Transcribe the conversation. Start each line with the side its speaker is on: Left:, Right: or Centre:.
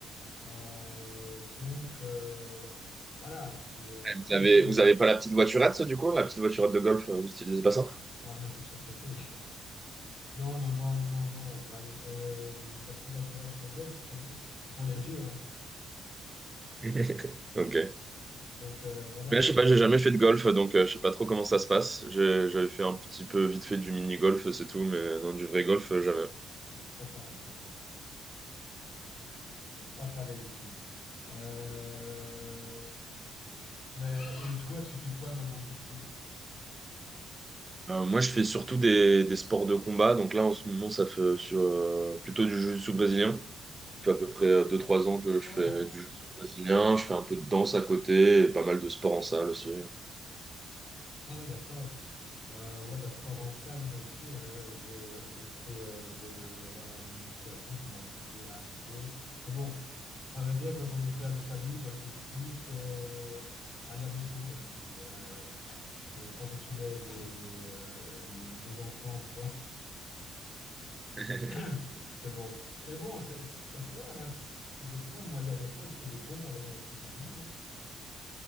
Left: Euh, donc euh, voilà, c'est euh,
Right: Et vous
Left: plus...
Right: avez,
Left: euh,
Right: vous avez pas la petite voiturette, du coup? La petite voiturette de golf, euh, vous utilisez pas ça?
Left: ouais, mais c'est surcoté. Non, non, non, non, non, non. Val- euh, la petite voiturette de golf, c'est comme c'est pour les vieux, hein.
Right: <laughs> Ok.
Left: Donc euh, voilà,
Right: Mais je sais pas, j'ai jamais fait de golf, donc euh, je sais pas trop comment ça se passe. J'ai- J'avais fait un petit peu vite fait du mini-golf, c'est tout, mais non, du vrai golf, euh, jamais.
Left: Ah, c'est pas pareil, c'est sûr, ça. C'est pas pareil du tout. Euh, Mais et toi, tu fais quoi maintenant du coup?
Right: Euh, moi, je fais surtout des, des sports de combat. Donc là, en ce moment, ça fait sur, euh, plutôt du jiu-jitsu brésilien. Ça fait à peu près euh, deux trois ans que
Left: Ah
Right: je
Left: ouais,
Right: fais du jiu-jitsu brésilien. Je fais un peu de danse à côté et pas mal de sport en salle aussi.
Left: ah ouais, d'accord. Euh, ouais, bah sport en salle, moi aussi. hein. je, je fais euh, de la musculation pour m'entretenir un petit peu. Mais bon, à vrai dire, quand on est père de famille, bah, c'est plus euh, à la maison la muscu. hein. euh, quand on soulève euh, les enfants ou quoi.
Right: <laughs>
Left: <laughs> Parce que bon, mais bon, c'est- ça sert, hein, c'est des poids. Moi, il y a des fois, je fais des pompes avec ma fille sur moi. hein.